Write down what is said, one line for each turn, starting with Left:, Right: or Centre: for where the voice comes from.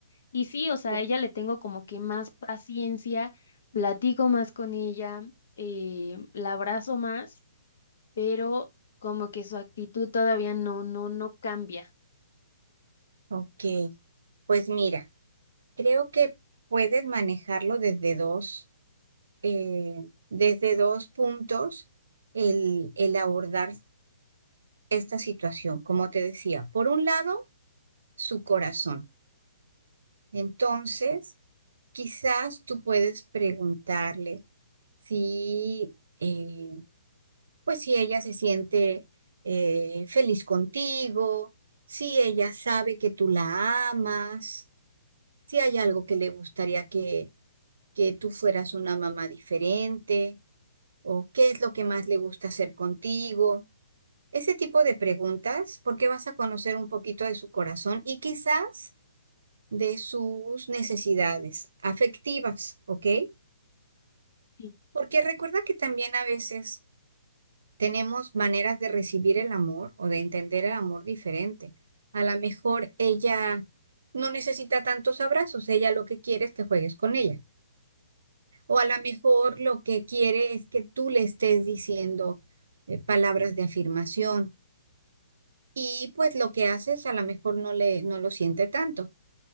Left: Y sí, o sea,
Right: Ok,
Left: a ella le tengo como que más paciencia, platico más con ella, eh, la abrazo más, pero como que su actitud todavía no, no, no cambia.
Right: ok. Pues mira, creo que puedes manejarlo desde dos, eh, desde dos puntos el, el abordar esta situación, como te decía, por un lado, su corazón. Entonces, quizás tú puedes preguntarle si, eh, pues si ella se siente eh, feliz contigo, si ella sabe que tú la amas, si hay algo que le gustaría que, que tú fueras una mamá diferente, o qué es lo que más le gusta hacer contigo. Ese tipo de preguntas, porque vas a conocer un poquito de su corazón y quizás de sus necesidades afectivas, ¿ok?
Left: Sí,
Right: Porque recuerda que también a veces tenemos maneras de recibir el amor o de entender el amor diferente. A lo mejor ella no necesita tantos abrazos, ella lo que quiere es que juegues con ella. O a lo mejor lo que quiere es que tú le estés diciendo eh, palabras de afirmación y pues lo que haces a lo mejor no le no lo siente tanto.